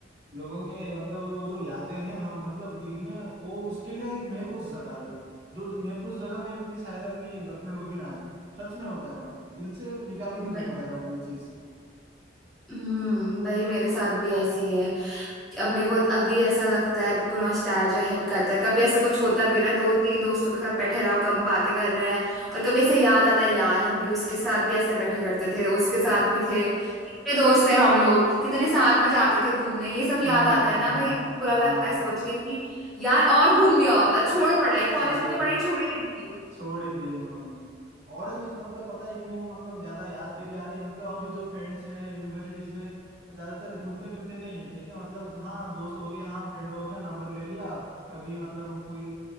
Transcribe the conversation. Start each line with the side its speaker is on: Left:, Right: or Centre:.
Right: लोगों के मतलब वो जो यादें हैं हम मतलब दिल में वो उसके लिए एक महफूज जगह है जो महफूज जगह मैं अपनी शायद अपनी गर्लफ्रेंड को भी ना दूं सच में बता रहा हूँ दिल से निकाल के
Centre: वही
Right: तुझे बता रहा हूँ ये चीज
Centre: हम्म भाई मेरे साथ भी ऐसी है अब मेरे को अभी ऐसा लगता है बिल्कुल नॉस्टैल्जिया हिट करता है कभी ऐसा कुछ होता भी ना दो तीन दोस्तों के साथ बैठे रहो कम बातें कर रहे हैं और कभी ऐसा याद आता है यार हम भी उसके साथ भी ऐसे बैठे करते थे उसके साथ
Right: हाँ
Centre: भी थे कितने दोस्त थे हम लोग कितने साथ में जाते थे घूमने ये सब याद
Right: हम्म
Centre: आता
Right: हम्म
Centre: है ना
Right: हम्म
Centre: भाई बुरा लगता
Right: हाँ
Centre: है सोच के कि यार और घूम लिया होता छोड़ो पढ़ाई
Right: शायद
Centre: कॉलेज में तो पढ़ाई छोड़ी ही नहीं थी
Right: छोड़ ही दिए हमने और एक चीज मतलब पता है क्यों मतलब ज्यादा याद तेरी आ रही है मतलब अभी जो फ्रेंड्स हैं यूनिवर्सिटीज में वो ज्यादातर घुलते मिलते नहीं है ठीक है मतलब हाँ दोस्त हो गए हाँ फ्रेंड हो गया नंबर ले लिया कभी मतलब कोई